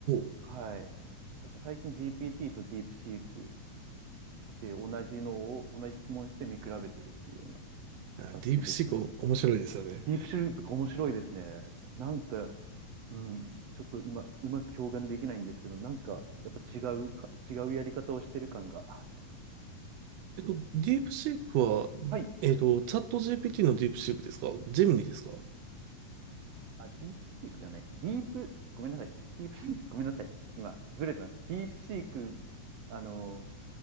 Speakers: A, on the right; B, on the right.
A: ー、
B: はい。なんか最近 GPT とディープシークで同じのを、同じ質問して見比べてるっていうような形ですね。
A: あディープシーク面白いですよね。
B: ディープシュリー面白いですね。なんか、うん、ちょっと今、うまく表現できないんですけど、なんか、やっぱ違うか、違うやり方をしてる感が、あ
A: えっと、ディープシークは、
B: はい、
A: えっと、チャット GPT のディープシークですかジェミニですか
B: あ、ディープシークじゃない、ディープ、ごめんなさい、ディープシーク、ごめんなさい、今、ずれてます。ディープシーク、あの、